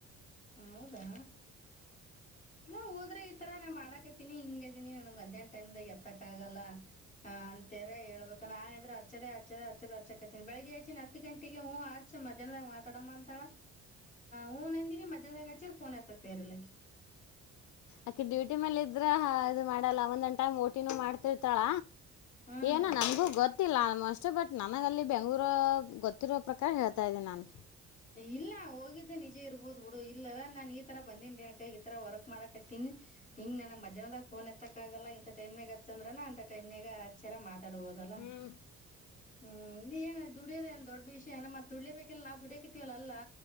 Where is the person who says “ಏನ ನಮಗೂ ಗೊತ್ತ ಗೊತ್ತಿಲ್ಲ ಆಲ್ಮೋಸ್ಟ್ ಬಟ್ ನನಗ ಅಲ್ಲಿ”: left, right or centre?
Left